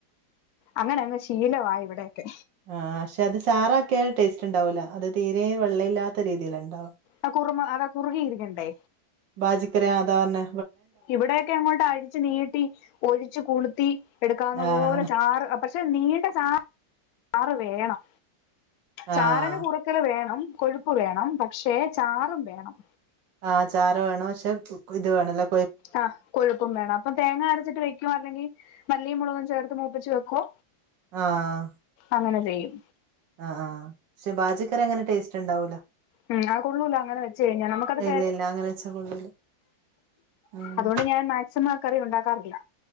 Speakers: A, on the left; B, on the right.
A: അങ്ങനെങ്ങെ ശീല ആ ഇവിടെക്കെ
B: ആഹ് പക്ഷെ അത് ചാറ് ആക്കിയാൽ ടേസ്റ്റ് ഉണ്ടാവൂല അത് തീരെ വെള്ളയില്ലാത്ത രീതിയില ഉണ്ടാവ
A: ആ കുറുമ അത് കുറുകി ഇരിക്കണ്ടേ
B: ബാജിക്കറി അതാ അതന്നെ
A: ഇവിടെക്കെ അങ്ങോട്ട് അടിച്ച് നീട്ടി ഒഴിച്ച് കുളുത്തി എടുക്കാവുന്ന
B: ആഹ്
A: പോലെ ചാറ് പക്ഷെ നീണ്ട ചാറ് വേണം
B: ആഹ്
A: ചാറിന് കുറ ഇതിരി വേണം കൊഴുപ്പ് വേണം പക്ഷേ ചാറും വേണം
B: ആ ചാറ് വേണം പക്ഷെ ഇത് വേണല്ലോ
A: ആഹ് കൊഴുപ്പും വേണം അപ്പം തേങ്ങ അരച്ചിട്ട് വെക്കു ആണെങ്കിൽ മല്ലിയ മുളകും ചേർത്ത് മൂപ്പിച്ച് വെക്കുവോ
B: ആഹ് ആഹ്
A: അങ്ങനെ ചെയ്യും
B: ആ ആ പക്ഷെ പാജിക്കറി അങ്ങനെ ടേസ്റ്റ് ഉണ്ടാവൂല
A: ഉം അത് കൊള്ളൂല അങ്ങനെ വെച്ച കഴിഞ്ഞാൽ നമുക്കത്
B: ഇല്ല ഇല്ല അങ്ങനെ വെച്ചാ കൊള്ളൂല. ഉം
A: അതുകൊണ്ട് ഞാൻ മാക്സിമം ആ കറി ഉണ്ടാക്കാറില്ല